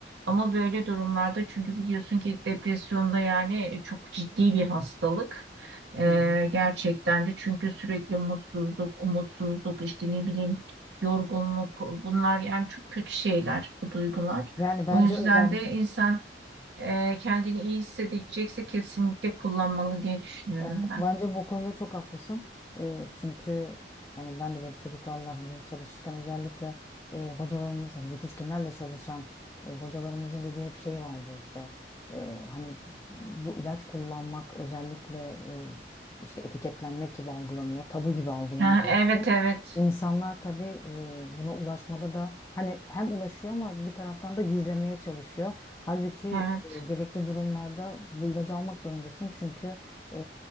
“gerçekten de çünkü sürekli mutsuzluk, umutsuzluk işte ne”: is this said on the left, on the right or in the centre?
Right